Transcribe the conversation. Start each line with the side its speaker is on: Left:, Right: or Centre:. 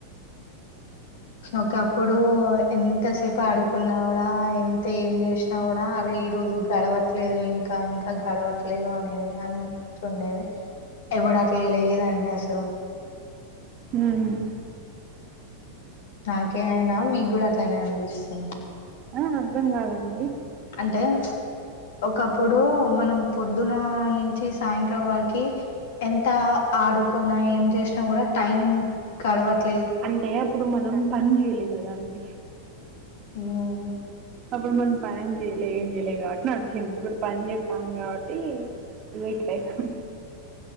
Left: ఒక అప్పుడు ఎంతసేపు ఆడుకున్నాడా ఎంత ఏం జేష్ణ కూడా అర ఈ రోజు గడవట్లేదు ఇంకా ఇంకా గడవట్లేదు అనేది అన్నట్టు ఉండేది ఇప్పుడు అట్లా లేదండి అసలు
Right: ఉమ్.
Left: నాకే అయినా మీకు కూడా అట్లనే అనిపిస్తుందా
Right: ఆ అర్థం కాలేదండి
Left: అంటే ఒకప్పుడు మనం పొద్దున నుంచి సాయంత్రం వరకి ఎంత ఆడుకున్నా ఏం చేసినా కూడా టైం గడవట్లే
Right: అంటే అప్పుడు మనం పని చేయాలె కదా అండి
Left: ఉమ్,
Right: అప్పుడ్ మనం పన్ చేయలే ఏం చేయలే కాబట్టి నడిచంది ఇప్పుడు పని చేస్తాం కాబట్టి ఇదో ఇట్లయితాంది